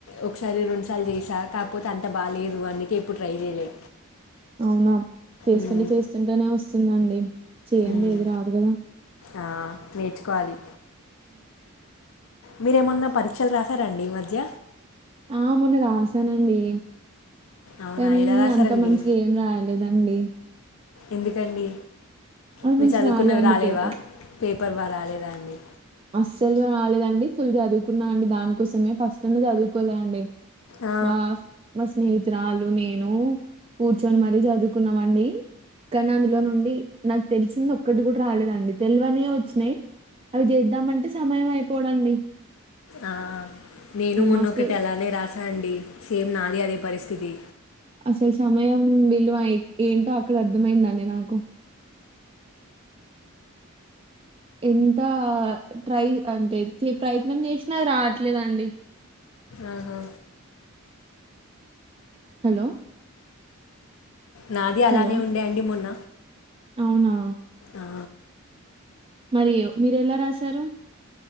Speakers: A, on the left (about 65°); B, on the right (about 25°).
A: ఒకసారి రెండుసార్లు చేసా కాకపోతే అంత బాగాలేదు అందుకే ఎప్పుడు ట్రై చేయలే
B: అవునా చేస్తుంటే
A: మ్మ్,
B: చేస్తుంటేనే వస్తుందండి చేయందే
A: మ్మ్.
B: ఏది రాదు కదా
A: ఆ, నేర్చుకోవాలి మీరేమన్నా పరీక్షలు రాసారండి ఈ మధ్య
B: ఆ మొన్న రాశానండి
A: అవునా
B: కానీ
A: ఎలా రాశారండి
B: అంత మంచిగా ఏం రాయలేదండి
A: ఎందుకండి
B: అది
A: మీ
B: మంచి
A: చదువుకున్నవి
B: రాలే అండి
A: రాలేవా
B: పేపర్
A: పేపర్ బా రాలేదా అండి
B: అసల్ రాలేదండి ఫుల్ చదువుకున్నా అండి దానికోసమే ఫస్ట్ వి చదువుకోలే అండి
A: ఆ
B: మాస్ మస్ స్నేహత్రరాలు నేను కూర్చొని మరీ చదువుకున్నామండి కాన్ అందులో నుండి నాకు తెలిసింది ఒక్కటి కూడా రాలేదండి తెల్వనివే వచ్చినాయ్ అవి చేద్దామంటే సమయం అయిపోడండి
A: ఆ నేను మొన్న
B: మస్తు
A: ఒకటి అలానే రాసా అండి సేమ్ నాది అదే పరిస్థితి
B: అసలు సమయం విలువ ఏంటో అక్కడ అర్థమైందండి నాకు ఎంత ట్రై అంటే ప్రయత్నం చేసినా రావట్లేదండి
A: ఆహా
B: హలో
A: నాది అలానే
B: హలో
A: ఉండే అండి మొన్న
B: అవునా
A: ఆ
B: మరి మీరు ఎలా రాశారు